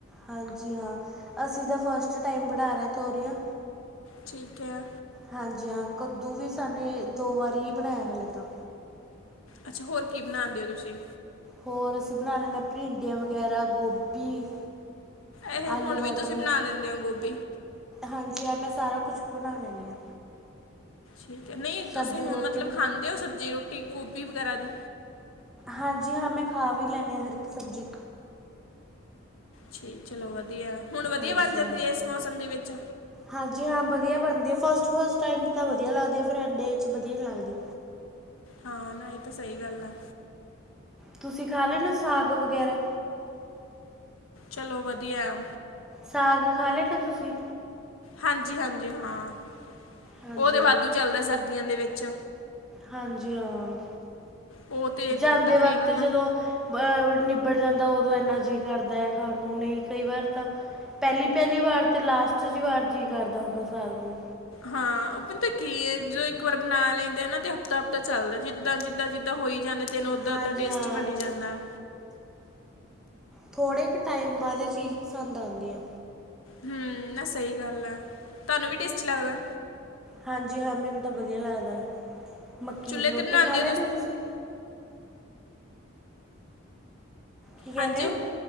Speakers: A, in the centre; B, on the left (about 80°).
A: ਹਾਂਜੀ ਹਾਂ, ਅਸੀਂ ਤਾਂ ਫਸਟ ਟਾਈਮ ਬਣਾ ਰਹੇ ਆਂ ਤੋਰੀਆਂ।
B: ਠੀਕ ਐ।
A: ਹਾਂਜੀ ਹਾਂ, ਕੱਦੂ ਵੀ ਸਾਨੇ ਦੋ ਵਾਰੀ ਹੀ ਬਣਾਇਆ ਹਲੇ ਤਾਂ।
B: ਅੱਛਾ ਹੋਰ ਕੀ ਬਣਾਉਂਦੇ ਓ ਤੁਸੀਂ?
A: ਹੋਰ ਅਸੀਂ ਬਣਾ ਲੈਂਦੇ ਹਾਂ ਭਰੀਡੀਆਂ ਵਗੈਰਾ, ਗੋਭੀ।
B: ਇਹ
A: ਆਲੂ
B: ਹੁਣ
A: ਮਟਰ,
B: ਵੀ ਤੁਸੀਂ ਬਣਾ ਦਿੰਦੇ ਹੋ ਗੋਭੀ
A: ਹਾਂਜੀ ਆ ਮੈਂ ਸਾਰਾ ਕੁਛ ਬਣਾ ਲੈਂਦੀ ਆਂ।
B: ਠੀਕ ਹੈ ਨਹੀਂ
A: ਸਬਜ਼ੀ
B: ਤੁਸੀਂ ਹੁਣ
A: ਰੋਟੀ
B: ਮਤਲਬ
A: ਮੈਨੂੰ
B: ਖਾਂਦੇ ਹੋ ਸਬਜ਼ੀ ਰੋਟੀ ਗੋਭੀ ਵਗੈਰਾ ਦੀ?
A: ਹਾਂਜੀ ਹਾਂ ਮੈਂ ਖਾ ਵੀ ਲੈਂਣੀ ਆਂ ਹਰ ਇੱਕ ਸਬਜ਼ੀ।
B: ਜੀ, ਚਲੋ ਵਧੀਆ, ਹੁਣ ਵਧੀਆ
A: ਹਾਂਜੀ
B: ਬਣ ਜਾਂਦੀ
A: ਹਾਂ
B: ਏ ਇਸ ਮੌਸਮ ਦੇ ਵਿੱਚ?
A: ਹਾਂਜੀ ਹਾਂ ਵਧੀਆ ਬਣਦੀ ਫਸਟ- ਫਸਟ ਟਾਇਮ ਤਾਂ ਵਧੀਆ ਲੱਗਦੀ ਆ ਫਿਰ ਐਂਡ ਜੇ'ਚ ਵਧੀਆ ਨੀ ਲੱਗਦੀ।
B: ਹਾਂ, ਨਾ ਇਹ ਤਾਂ ਸਹੀ ਗੱਲ ਆ।
A: ਤੁਸੀਂ ਖਾ ਲੈਨੇ ਓ ਸਾਗ ਵਗੈਰਾ?
B: ਚਲੋ ਵਧੀਆ।
A: ਸਾਗ ਖਾ ਲੈਨੇ ਤੁਸੀ?
B: ਹਾਂਜੀ -ਹਾਂਜੀ ਹਾਂ,
A: ਹਾਂਜੀ
B: ਉਹ ਤਾਂ ਵਾਧੂ
A: ਹਾਂ
B: ਚੱਲਦਾ ਸਰਦੀਆਂ ਦੇ ਵਿੱਚ।
A: ਹਾਂਜੀ ਹਾਂ,
B: ਉਹ ਤੇ ਤ-
A: ਜਾਂਦੇ
B: ਤਕਰੀਬਨ
A: ਵਕਤ ਜਦੋਂ ਅਹ ਨਿਬੜ ਜਾਂਦਾ ਉਦੋਂ ਇੰਨਾ ਜੀਅ ਕਰਦਾ ਏ ਖਾਣ ਨੂੰ ਨਹੀਂ ਕਈ ਵਾਰ ਤਾਂ। ਪਹਿਲੀ- ਪਹਿਲੀ ਵਾਰ ਤੇ ਲਾਸਟ ਜੀ ਵਾਰ ਜੀਅ ਕਰਦਾ ਹੁੰਦਾ ਸਾਗ ਨੂੰ।
B: ਹਾਂ, ਉਹ ਪਤਾ ਤਾਂ ਕੀ ਏ ਜੋ ਇੱਕ ਵਾਰ ਬਣਾ ਲਈ ਦਾ ਨਾ ਤੇ ਹਫ਼ਤਾ -ਹਫ਼ਤਾ ਚੱਲਦਾ ਜਿੱਦਾਂ, ਜਿੱਦਾਂ, ਜਿੱਦਾਂ ਹੋਈ ਜਾਂਦਾ। ਤੈਨ ਉੱਦਾਂ-ਉੱਦਾਂ
A: ਹਾਂਜੀ
B: ਟੇਸਟੀ
A: ਹਾਂ
B: ਬਨੀ ਜਾਂਦਾ।
A: ਥੋੜ੍ਹੇ ਕੇ ਟਾਈਮ ਬਾਅਦ ਇਹ ਚੀਜ਼ ਪਸੰਦ ਆਉਦੀ ਆ।
B: ਹੂੰ ਨਾ ਸਹੀ ਗੱਲ ਹੈ ਤੁਹਾਨੂੰ ਵੀ ਟੇਸਟੀ ਲੱਗਦਾ।
A: ਹਾਂਜੀ ਹਾਂ ਮੈਨੂੰ ਤਾਂ ਵਧੀਆ ਲੱਗਦਾ, ਮੱਕੀ
B: ਚੁੱਲ੍ਹੇ
A: ਦੀ ਰੋਟੀ
B: 'ਤੇ ਬਣਾਉਂਦੇ
A: ਖਾ ਲੈਦੇ ਹੋ ਤੁਸੀਂ? ਕੀ ਕਹਿੰਦੇ
B: ਹਾਂਜੀ,
A: ਹੋ